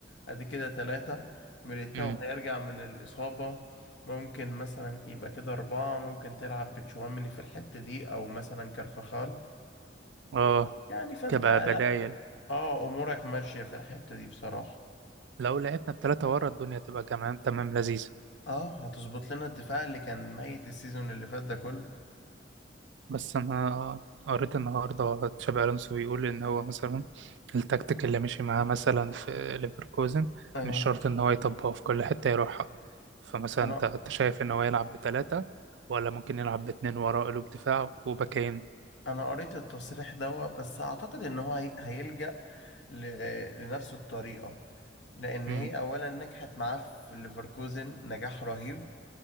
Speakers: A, on the left; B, on the right.
A: ادي كده ثلاثة ميليتاو
B: امم
A: هيرجع من الإصابة ممكن مثلا يبقى كده أربعة ممكن تلعب بتشواميني في الحتة دي أو مثلا كارفخال
B: اه
A: يعني فانت
B: كبدايل
A: لا اه أمورك ماشية في الحتة دي بصراحة
B: لو لعبنا التلاتة ورا الدنيا تبقى كمان تمام لذيذة
A: اه هتظبط لنا الدفاع اللي كان ميت السيزون اللي فات ده كله
B: بس انا قريت النهارده تشابي الونسو بيقول ان هو مثلا التكتيك اللي مشي معاه مثلا في ليفركوزن
A: اه
B: مش شرط ان هو يطبقه في كل حته يروحها فمثلا
A: انا
B: انت أنت شايف ان هو يلعب بثلاثه ولا ممكن يلعب باتنين وراه قلوب دفاع وباكين
A: انا قريت التصريح ده بس اعتقد ان هو هي- هيلجأ ل- لنفس الطريقة لان
B: امم
A: هي اولا نجحت معاه في ليفركوزن نجاح رهيب